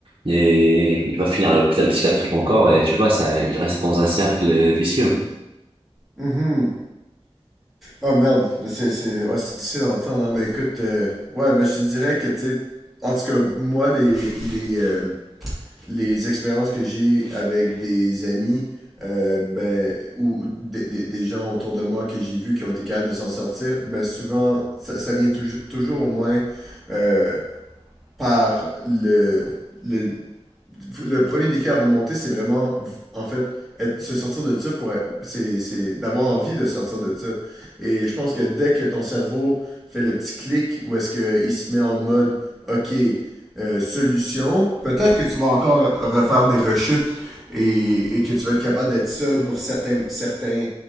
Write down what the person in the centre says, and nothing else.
Mhm. Ah merde, Mais c'est c'est- ouais, c'est difficile d'entendre, hein, mais écoute, euh, ouais, ben je te dirais que, tu sais, en tout cas, moi, les, les, euh, les expériences que j'ai avec des amis euh, ben, ou, ou des, des- des gens autour de moi que j'ai vus qui ont été capables de s'en sortir, ben souvent, ça, ça vient touj- toujours au moins euh, par le, le- le premier défi à remonter, c'est vraiment, en fait, être- se sortir de ça pour. C'est c'est d'avoir envie de sortir de ça. Et je pense que dès que ton cerveau fait le petit clic où est-ce qu'il se met en mode OK, euh, solution, peut-être que tu vas encore refaire des rechutes et, et que tu vas être capable d'être sobre certains, certains,